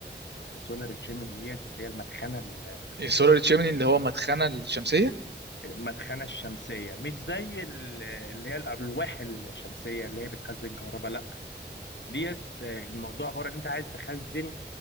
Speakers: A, on the left; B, on the right.
A: السولار تشيمني ديت اللي هي المدخنه ال-
B: سولار تشيمني اللي هو مدخنه الشمسيه
A: المدخنه الشمسيه مش زي ال- اللي هي الالواح الشمسيه اللي هي بتخزن كهرباء لا ديت آه، الموضوع عباره ان انت عايز تخزن